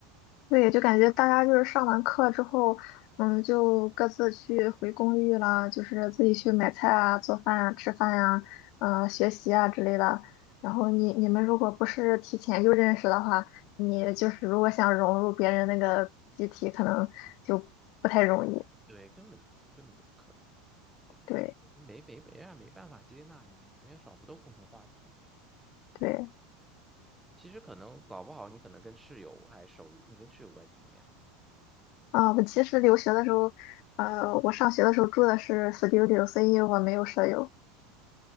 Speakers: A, on the left; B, in the centre.
A: 对，就感觉大家就是上完课之后，嗯，就各自去回公寓啦，就是自己去买菜啊、做饭啊、吃饭呀、嗯，学习啊之类的。然后你你们如果不是提前就认识的话，你就是如果想融入别人那个集体，可能就不太容易。
B: 对，根本根本就不可能，
A: 对
B: 没没没啊，没办法接纳你，因为少不到共同话题。
A: 对，
B: 其实可能搞不好你可能跟室友还熟一点，你跟室友关系怎么样？
A: 啊，我其实留学的时候，呃，我上学的时候住的是 studio，所以我没有舍友。